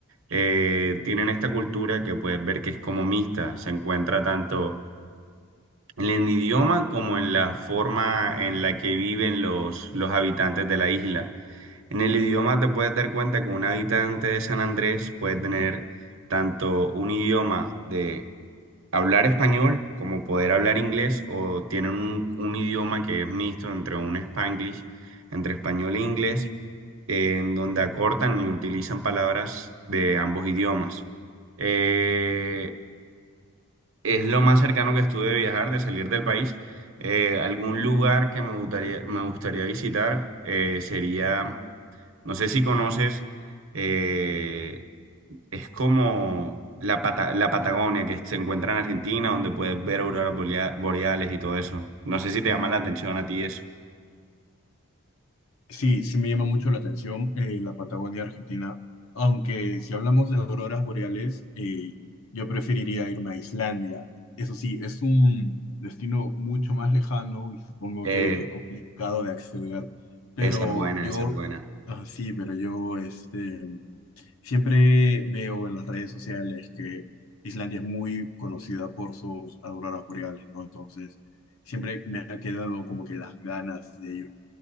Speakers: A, on the right; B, on the left.
A: Eh, tienen esta cultura que puedes ver que es como mixta, se encuentra tanto en el idioma como en la forma en la que viven los, los habitantes de la isla. En el idioma te puedes dar cuenta que un habitante de San Andrés puede tener tanto un idioma de hablar español como poder hablar inglés o tienen un, un idioma que es mixto entre un Spanglish, entre español e inglés, eh, en donde acortan y utilizan palabras de ambos idiomas. Eh, es lo más cercano que estuve de viajar, de salir del país. Eh, algún lugar que me gustaría, me gustaría visitar eh, sería, no sé si conoces, eh, es como la, Pata- la Patagonia que se encuentra en Argentina, donde puedes ver auroras bolea- boreales y todo eso. No sé si te llama la atención a ti eso.
B: Sí, sí me llama mucho la atención eh, la Patagonia Argentina, aunque si hablamos de auroras boreales, eh, yo preferiría irme a Islandia. Eso sí, es un destino mucho más lejano y supongo
A: Eh,
B: que complicado de acceder, pero
A: esa es buena,
B: yo,
A: esa es buena.
B: ah, sí, pero yo este, siempre veo en las redes sociales que Islandia es muy conocida por sus auroras boreales, ¿no? Entonces, siempre me ha quedado como que las ganas de ir